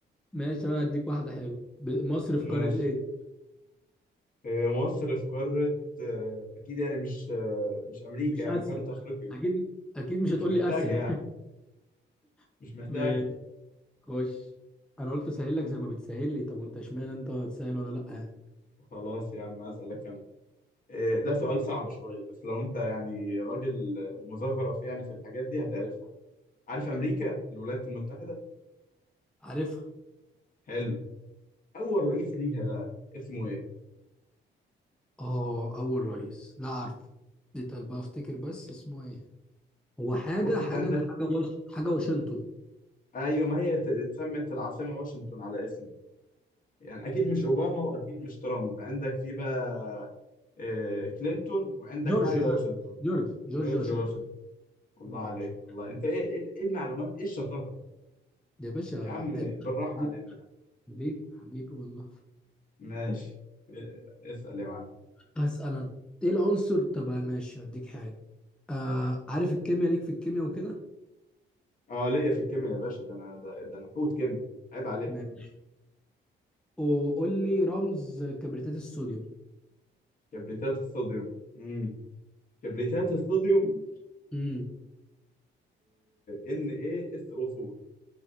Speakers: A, in the centre; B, on the left (about 45°).
A: ماشي انا هديك واحده حلوه ب- مصر في قاره
B: ماشي
A: ايه
B: هي مصر في قارة آه، أكيد يعني مش آه، مش أمريكا
A: مش
B: يعني
A: اسيا
B: قارة أفريقيا
A: اكيد اكيد مش هتقول
B: مش محتاجة
A: لي اسيا
B: يعني
A: <laughs>
B: مش محتاجة
A: ماشي. خش انا قلت اسهل لك زي ما بتسهل لي طب وانت اشمعنى انت هتسهل وانا لا يعني
B: خلاص يا عم أسألك أنا آه، ده سؤال صعب شوية بس لو أنت يعني راجل آه، مزخرف يعني في الحاجات دي هتعرفها عارف أمريكا الولايات المتحدة
A: عارفها
B: حلو أول رئيس ليها بقى اسمه إيه؟
A: اه اول رئيس لا عارفه اتقل بقى افتكر بس اسمه ايه هو حاجه
B: يعني بص
A: حاجه
B: أنت عندك
A: حاجه واش... حاجه واشنطن
B: أيوة ما هي ت- اتسمت العاصمة واشنطن على اسمه يعني أكيد مش أوباما وأكيد مش ترامب عندك في بقى آه، كلينتون وعندك
A: جورج
B: حاجة
A: جورج
B: واشنطن
A: جورج جورج
B: جورج
A: واشنطن
B: واشنطن الله
A: جورج
B: عليك
A: واشنطن.
B: الله انت ايه ايه إيه المعلومات ايه الشطاره دي
A: ده يا باشا
B: يا عم
A: ابن
B: بالراحه
A: حبيبي
B: علينا يا عم
A: حبيبي حبيبي والله
B: ماشي إيه- اسال يا معلم
A: اسال انا ايه العنصر طب ماشي هديك حاجه آه عارف الكيمياء ليك في الكيمياء وكده
B: اه ليا في الكيمياء يا باشا ده انا ده, ده انا حوت كيمياء عيب عليك
A: ماشي وقول لي رمز كبريتات الصوديوم
B: كبريتات الصوديوم امم كبريتات الصوديوم
A: امم
B: ان ايه اس او 4